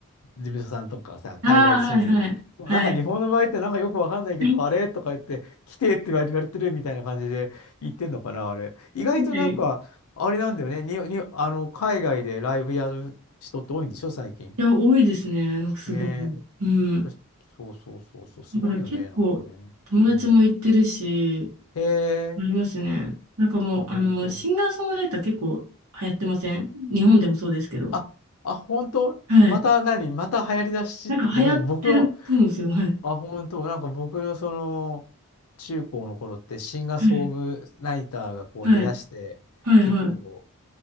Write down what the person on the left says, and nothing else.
事務所さんとかさ、海外進出。
でもなんか日本の場合ってなんかよくわかんないけど、
あれとか言って、来てって言われてるみたいな感じで言ってんのかな、あれ。意外となんか、
あれなんだよね。に、に、あの、海外でライブやる人って多いんでしょ、最近。
ねえ。
そしそうそうそうそう。すごいよね、
なんかね。うん。へえ。
あ、本当。
あ、あ、本当また何また流行りだしって、
ごめん、僕の
あ、本当、なんか僕のその中高の頃ってシンガーソングライターがこう出だして結構